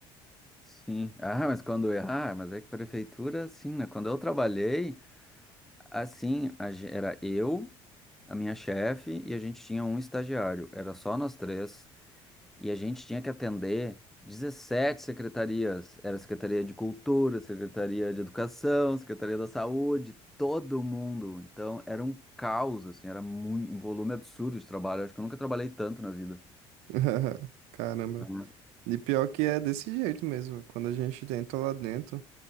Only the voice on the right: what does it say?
<laughs> Caramba.
E pior que é desse jeito mesmo. Quando a gente tenta lá dentro,